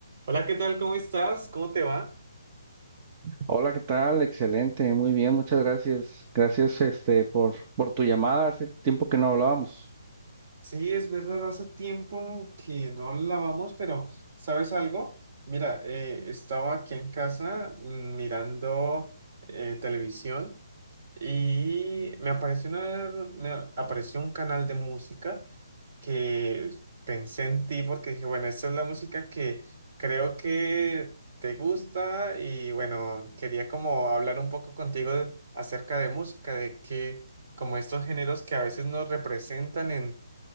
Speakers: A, on the right; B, on the right.
A: Hola, ¿qué tal? ¿Cómo estás? ¿Cómo te va?
B: Hola, ¿qué tal? Excelente, muy bien, muchas gracias. Gracias, este, por, por tu llamada. Hace tiempo que no hablábamos.
A: Sí, es verdad, hace tiempo que no lavamos, pero ¿sabes algo? Mira, eh, estaba aquí en casa mm, mirando eh, televisión y me apareció, una- me apareció un canal de música que pensé en ti porque dije, bueno, esta es la música que creo que te gusta y bueno, quería como hablar un poco contigo de- acerca de música, de que como estos géneros que a veces nos representan en